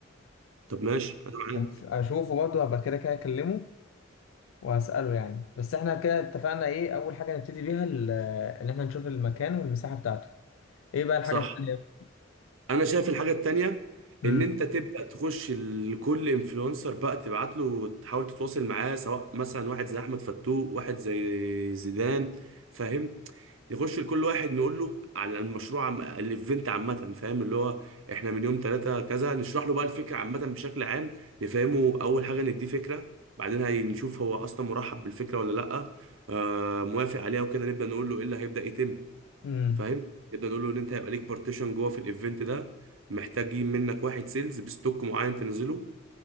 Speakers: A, on the right; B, on the left.
A: طب ماشي انا
B: هنش-
A: معاك
B: اشوفه برضه هبقى كده كده اكلمه وهسأله يعني بس احنا كده اتفقنا ايه اول حاجة نبتدي بيها ال- ان احنا نشوف المكان والمساحة بتاعته ايه بقى الحاجة
A: صح
B: التانية
A: انا شايف الحاجه التانية
B: امم
A: ان انت تبدا تخش لكل انفلونسر بقى تبعت له تحاول تتواصل معاه سواء مثلا واحد زي احمد فتوح واحد زي زيدان فاهم نخش لكل واحد نقول له على المشروع عم... الايفنت عامه فاهم اللي هو احنا من يوم ثلاثة كذا نشرح له بقى الفكره عامه بشكل عام نفهمه اول حاجه نديه فكره بعدين هنشوف هو اصلا مرحب بالفكره ولا لا آه موافق عليها وكده نبدا نقول له ايه اللي هيبدا يتم
B: امم
A: فاهم نبدا نقول له ان انت هيبقى ليك بارتيشن جوه في الايفنت ده محتاجين منك واحد سيلز بستوك معين تنزله